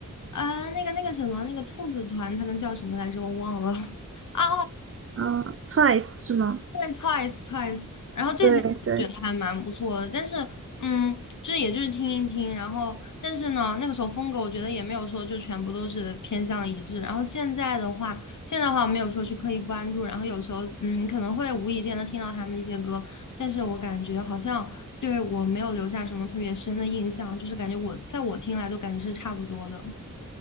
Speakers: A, on the left; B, on the right.
A: 啊、那个那个什么那个兔子团他们叫什么来着我忘了 <laughs> 啊，
B: 嗯，啊，Twice 是吗？
A: 对，Twice Twice，然后这些我觉得还蛮不错的，
B: 对对。
A: 但是嗯，就是也就是听一听，然后但是呢，那个时候风格我觉得也没有说就全部都是偏向一致，然后现在的话，现在的话没有说去刻意关注，然后有时候嗯可能会无意间的听到他们的一些歌，但是我感觉好像对我没有留下什么特别深的印象，就是感觉我在我听来都感觉是差不多的，